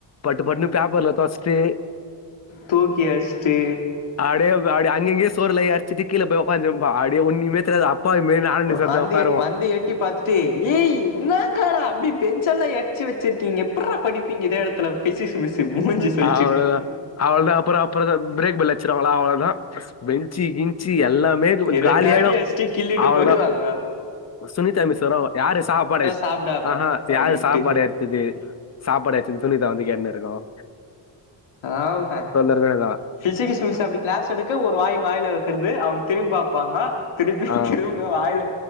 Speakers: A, on the left; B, on the left.
A: பட்டுபட்ணு பேப்பர்ல தொடச்சிட்டு
B: தூக்கி அட்சிட்டு
A: அடே அப் அடே அங்கிங்யும் சோர்ல இறச்சிட்டு கீழபோய் ஒக்காந்திருப்பா அப்டே ஒன்னிமே தெரியாத அப் அப்பாவி மெரி ஆ நீ செத்த
B: வந்து
A: ஒக்காருவோம்
B: வந்து எட்டி பாத்தட்டு ஏய் என்னங்கடா அப்டி பெஞ்ச எல்லா எறச்சி வச்சிருக்கீங்க எப்ட்ற படிப்பீங்க இதே எடத்துல பிசிக்ஸ் மிஸ் மூஞ்சி சொல்ச்சுனு
A: அவ்வளவுதான் அவ்வளவுதான் அப்புறம் அப்புறம் பிரேக்பெல் அட்ச்சிருவங்களா அவ்ளதான் பெஞ்சி கிஞ்சி எல்லாமே
B: இரண்டு
A: காலியாயிடும்
B: அடி அச்சுட்டு கிள்ளிட்டு
A: அவ்வளவுதான்
B: போய்டுவாங்க
A: சுனிதா விஸ்வருவாங்கோ யாரு சாப்பாடு
B: சாப்டாம
A: ஆஹா
B: அப்டின்ட்டு
A: யாரு சாப்பாடு இது சாப்பாடு வச்சது சுனிதா வந்து கேட்னு இருக்கும்
B: ஆவ்ள்தா
A: இருக்கதா
B: பிசிக்கிஸ் மிஸ்ஸு அப்டி கிளாஸ் எடுக்க ஒரு வாய் வாயில வெக்கறது அவங்க திரும்பிபாப்பாங்க திருப்பி
A: ஆ
B: திரும்ப வாயில